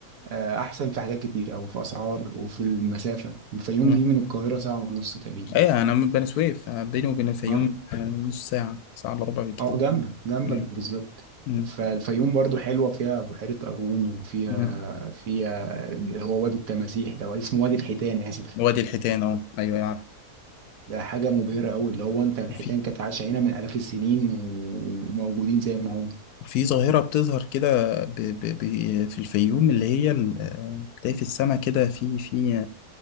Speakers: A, on the right (about 65°); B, on the left (about 75°).
A: آه، أحسن في حاجات كتير أو في أسعار وفي المسافة الفيوم
B: مم.
A: دي من القاهرة ساعة ونص تقريبا
B: ايه انا من بني سويف انا بيني وبين الفيوم
A: اه
B: آه، نص ساعة ساعة الا ربع بكتير
A: اه جنبك جنبك
B: مم.
A: بالظبط
B: مم.
A: فالفيوم برضو حلوة فيها بحيرة قارون وفيها
B: مم.
A: فيها اللي هو وادي التماسيح ده ولا اسمه وادي الحيتان آسف
B: وادي الحيتان اه ايوه يعرف
A: ده حاجة مبهرة أوي اللي هو أنت الحيتان
B: وفي
A: كانت عايشة هنا من آلاف السنين وموجودين زي ما هم
B: وفي ظاهرة بتظهر كده ب... ب... ب... في الفيوم اللي هي ال- آه، بتلاقي في السماء كده في في